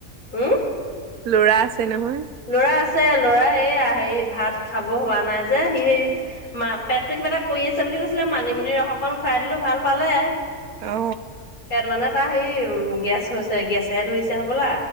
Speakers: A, on the left (about 75°); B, on the right (about 80°).
A: উম?
B: ল'ৰা আছে নহয়?
A: ল'ৰা আছে ল'ৰা সেয়া সেই ভাত খাব হোৱা নাই যে সি মা পেটটো কিবা এটা কৰি আছে বুলি কৈছিলে মানিমুনি ৰস অকন খুৱাই দিলো ভাল পালে।
B: অ।
A: পেট মানে তাৰ হেৰি উম গেছ হৈছে গেছে ধৰিছে হবলা।